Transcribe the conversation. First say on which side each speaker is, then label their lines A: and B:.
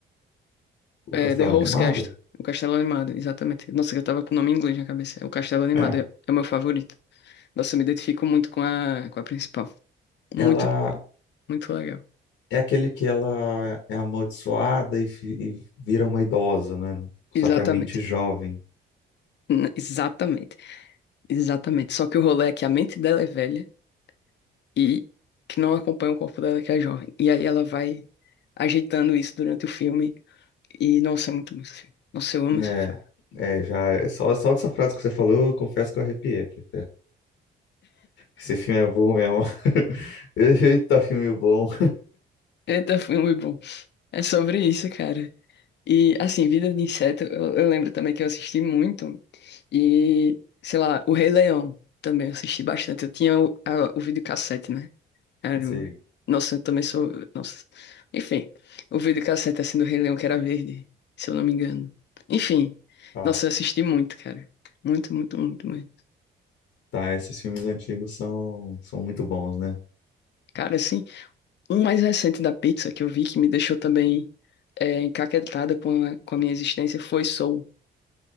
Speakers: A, on the left; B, on the left.
A: o
B: É,
A: Castelo
B: The House
A: Animado?
B: Castle. O castelo animado, exatamente. Nossa, eu tava com o nome em inglês na cabeça. O castelo animado
A: É,
B: é, é o meu favorito. Nossa, eu me identifico muito com a, com a principal. Muito,
A: ela
B: muito legal.
A: é aquele que ela é amaldiçoada e, fi- e vira uma idosa, né? Só
B: Exatamente.
A: que a mente jovem,
B: N- Exatamente. Exatamente. Só que o rolê é que a mente dela é velha e que não acompanha o corpo dela, que é jovem. E aí ela vai ajeitando isso durante o filme. E, nossa, é muito bom esse filme. Nossa, eu amo
A: né?
B: esse filme.
A: É, já, só, só dessa frase que você falou, eu confesso que eu arrepiei aqui. Esse filme é bom mesmo. <laughs> Eita, filme bom.
B: Eita, foi muito bom. É sobre isso, cara. E, assim, Vida de Inseto, eu, eu lembro também que eu assisti muito. E, sei lá, O Rei Leão também eu assisti bastante. Eu tinha o, a, o videocassete, né? Caramba.
A: Não sei.
B: Nossa, eu também sou. Nossa. Enfim, o videocassete assim do Rei Leão, que era verde, se eu não me engano. Enfim,
A: Tá,
B: nossa, eu assisti muito, cara. Muito, muito, muito, muito.
A: tá. Esses filmes antigos são, são muito bons, né?
B: Cara, assim. Um mais recente da Pixar que eu vi que me deixou também é, encaquetada com a, com a minha existência foi Soul, do